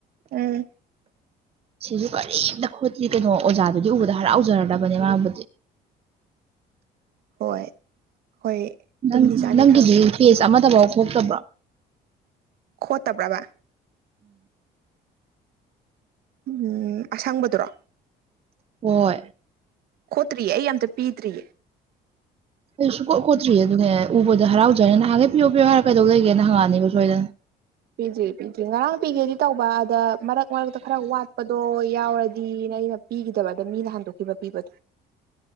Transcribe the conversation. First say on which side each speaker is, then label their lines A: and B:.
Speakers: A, on the right; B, on the right.
A: ꯎꯝ
B: ꯁꯤꯁꯨ ꯀꯔꯤꯝꯇ ꯈꯣꯠꯇ꯭ꯔꯤ ꯀꯩꯅꯣ ꯑꯣꯖꯥꯗꯨꯗꯤ ꯎꯕꯗ ꯍꯔꯥꯎꯖꯔꯗꯕꯅꯦ ꯃꯥꯕꯨꯗꯤ
A: ꯍꯣꯏ ꯍꯣꯏ
B: ꯅꯪ
A: ꯇꯨꯝꯅꯤ ꯆꯥꯅꯤ
B: ꯅꯪꯒꯤꯗꯤ
A: ꯈꯪꯗꯒꯩ
B: ꯄꯦꯖ ꯑꯃꯇꯐꯥꯎ ꯈꯣꯛꯇꯕ꯭ꯔꯥ
A: ꯈꯣꯠꯇ ꯕ꯭ꯔꯕꯥ ꯎꯝ ꯑꯁꯪꯕꯗꯨꯔꯣ
B: ꯍꯣꯏ
A: ꯈꯣꯠꯇ꯭ꯔꯤꯌꯦ ꯑꯩ ꯑꯝꯇ ꯄꯤꯗ꯭ꯔꯤꯌꯦ
B: ꯑꯩꯁꯨ ꯀꯣꯠ ꯈꯣꯠꯇ꯭ꯔꯤ ꯑꯗꯨꯅꯦ ꯎꯕꯗꯣ ꯍꯔꯥꯎꯖꯔꯦ ꯅꯍꯥꯟꯒꯩ ꯄꯤꯌ‌ꯣ ꯄꯤꯌꯣ ꯍꯥꯏꯔꯒ ꯀꯩꯗꯧ ꯂꯩꯒꯦꯅ ꯍꯪꯉꯛꯑꯅꯕ ꯁꯣꯏꯗꯅ
A: ꯄꯤꯗ꯭ꯔꯤ ꯄꯤꯗ꯭ꯔꯤ ꯉꯔꯥꯡ ꯄꯤꯒꯦꯗꯤ ꯇꯧꯕ ꯑꯗ ꯃꯔꯛ ꯃꯔꯛꯇ ꯈꯔ ꯋꯥꯠꯄꯗꯣ ꯌꯥꯎꯔꯗꯤ ꯗꯤꯅꯦ ꯑꯩꯅ ꯄꯤꯈꯤꯗꯕ ꯑꯗ ꯃꯤꯅ ꯍꯟꯗꯣꯛꯈꯤꯕ ꯄꯤꯕꯗꯣ